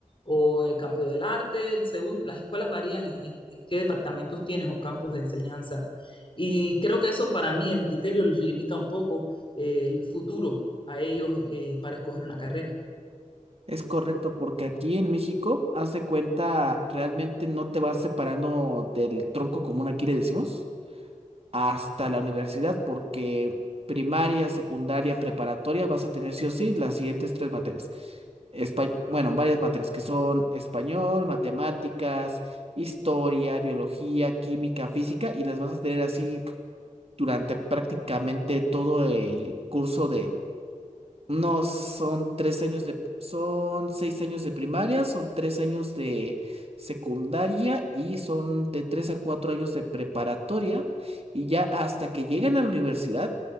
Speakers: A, on the left; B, on the right.
A: o en el campo del arte, el según, las escuelas varían en, en- en qué departamentos tienes o campos de enseñanza. Y creo que eso para mí, en mi criterio, les limita un poco eh, el futuro a ellos eh, para escoger una carrera.
B: Es correcto, porque aquí en México, haz de cuenta, realmente no te vas separando del tronco común, aquí le decimos, hasta la universidad, porque primaria, secundaria, preparatoria, vas a tener sí o sí las siguientes tres materias. Espa- bueno, varias materias que son español, matemáticas, historia, biología, química, física, y las vas a tener así durante prácticamente todo el curso no, son tres años de, son seis años de primaria, son tres años de secundaria y son de tres a cuatro años de preparatoria. Y ya hasta que lleguen a la universidad